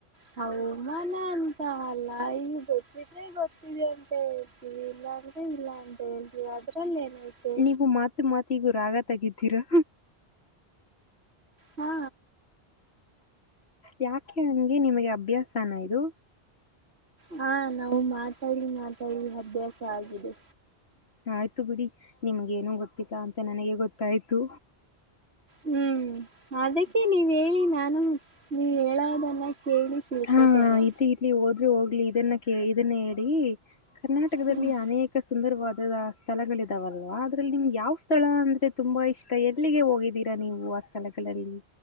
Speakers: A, on the right (about 75°); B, on the left (about 70°).
A: ಹೌ ಮನ ಅಂತ ಅಲ್ಲ ಈ ಗೊತ್ತ ಇದಿದ್ರೆ ಗೊತ್ತಿದೆ ಅಂತ ಹೇತಿ ಇಲ್ಲ ಇಲ್ಲ ಹೇಳ್ತೀವಿ ಅದ್ರಲ್ಲಿ ಏನೈತೆ
B: ನೀವು ಮಾತ್ ಮಾತಿಗೂ ರಾಗ ತಗಿತಿರಾ
A: ಹಾ
B: ಯಾಕೆ ಹಂಗೆ ನಿಮಗೆ ಅಭ್ಯಾಸನ ಇದು
A: ಹಾ ನಾವು ಮಾತಾಡಿ ಮಾತಾಡಿ ಅಭ್ಯಾಸ ಆಗಿದೆ
B: ಆಯ್ತು ಬಿಡಿ ನಿಮ್ಗ ಏನೂ ಗೊತ್ತಿಲ್ಲ ಅಂತ ನನಗೆ ಗೊತ್ತಾಯ್ತು
A: ಹ್ಮ್ ಅದಕ್ಕೆ ನೀವ್ ಹೇಳಿ ನಾನು ನೀವ್ ಹೇಳೋದನ್ನ ಕೇಳಿ ತಿಳ್ಕೋತೇನೆ
B: ಹಾ ಇತಿ ಇತ್ತಲಿ ಹೋದ್ರೂ ಹೋಗ ಇಲ್ಲಿ ಇದನ್ನ ಕೆ ಇದನ್ನ ಹೇಳಿ ಕರ್ನಾಟಕದಲ್ಲಿ
A: ಹ್ಮ್
B: ಅನೇಕ ಸುಂದರವಾದ ಸ್ಥಳಗಳ ಇದಾವಲ್ವಾ ಅದ್ರಲ್ಲಿ ನಿಮ್ಗ ಯಾವ ಸ್ಥಳ ಅಂದ್ರೆ ತುಂಬಾ ಇಷ್ಟ. ಎಲ್ಲಿಗೆ ಹೋಗಿದ್ದೀರಾ ನೀವು ಆ ಸ್ಥಳಗಳಲ್ಲಿ?